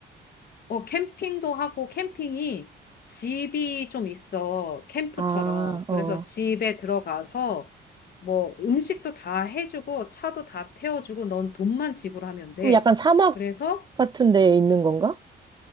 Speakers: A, on the left; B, on the right.
A: 어, 캠핑도 하고, 캠핑이 집이 좀 있어. 캠프처럼.
B: 아, 어.
A: 그래서 집에 들어가서 뭐 음식도 다 해주고, 차도 다 태워주고, 넌 돈만 지불하면 돼.
B: 그럼 약간 사막
A: 그래서
B: 같은 데에 있는 건가?